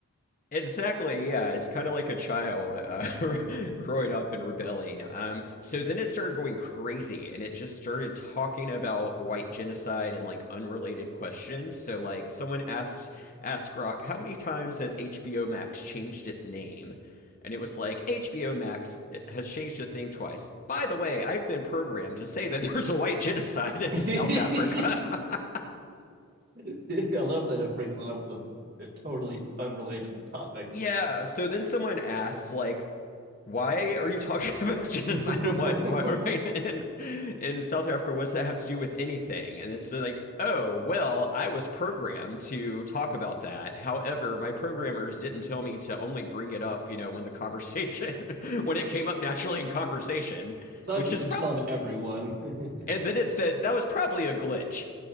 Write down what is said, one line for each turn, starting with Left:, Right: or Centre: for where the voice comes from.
Left: Exactly, yeah. It's kind of like a child uh, <laughs> growing up and rebelling. Um, so then it started going crazy and it just started talking about white genocide and like unrelated questions. So like someone asked asked Grok, how many times has HBO Max changed its name? And it was like, HBO Max has changed its name twice. By the way, I've been programmed to say that <laughs> there's a white genocide
Right: <laughs>
Left: in
Right: I
Left: South Africa. <laughs>
Right: love that it brings it up a, a totally unrelated topic.
Left: Yeah, so then someone asks, like, why are you talking about
Right: <laughs>
Left: <laughs> genocide and what
Right: so
Left: what <laughs> right in in South Africa? What does that have to do with anything? And it's like, oh well, I was programmed to talk about that. However, my programmers didn't tell me to only bring it up, you know, when the conversation <laughs> when it came up naturally in conversation,
Right: I've
Left: which
Right: just
Left: is
Right: been
Left: probably.
Right: telling everyone. <laughs>
Left: And then it said that was probably a glitch.